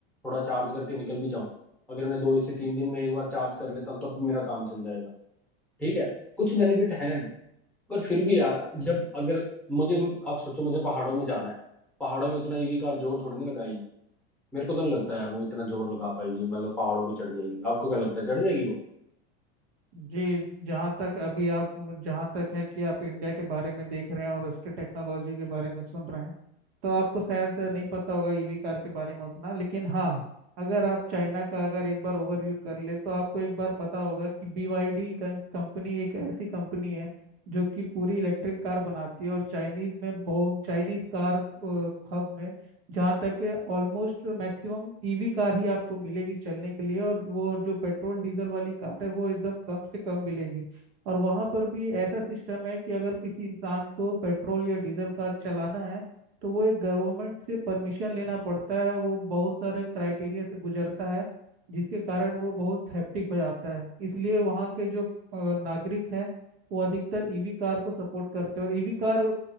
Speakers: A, in the centre; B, on the right (about 75°).
A: थोड़ा चार्ज करके निकल भी जाऊं अगर मैं दो से तीन दिन में एक बार चार्ज कर लेता हूँ तब भी मेरा काम चल जाएगा ठीक है कुछ बेनिफिट हैं पर फिर भी यार जब अगर मुझे आप सोचो मुझे पहाड़ों में जाना है पहाड़ों में इतना ईवी कार जोर थोड़ी नहीं लगाएगी मेरे को तो नहीं लगता यार वो इतना जोर लगा पाएगी मतलब पहाड़ों पे चढ़ जाएगी आपको क्या लगता है चढ़ जाएगी वो
B: जी जहाँ तक अभी आप जहाँ तक है कि आप इंडिया के बारे में देख रहे हैं और उसके टेक्नोलॉजी के बारे में सुन रहे हैं तो आपको शायद नहीं पता होगा ईवी कार के बारे में उतना लेकिन हाँ अगर आप चाइना का अगर एक बार ओवरव्यू कर ले तो आपको एक बार पता होगा कि BYD कंपनी एक ऐसी कंपनी है जो कि पूरी इलेक्ट्रिक कार बनाती है और चाइनीज में बहुत चाइनीज कार हब में जहाँ तक है ऑलमोस्ट मैक्सिमम ईवी कार ही आपको मिलेगी चलने के लिए और वो जो पेट्रोल डीजल वाली कार है वो एकदम कम से कम मिलेगी और वहाँ पर भी ऐसा सिस्टम है कि अगर किसी इंसान को पेट्रोल या डीजल कार चलाना है तो वो एक गवर्नमेंट से परमिशन लेना पड़ता है वो बहुत सारे क्राइटेरिया से गुजरता है जिसके कारण वो बहुत हैप्टिक हो जाता है इसलिए वहाँ के जो अ, नागरिक है वो अधिकतर ईवी कार को सपोर्ट करते हैं और ईवी कार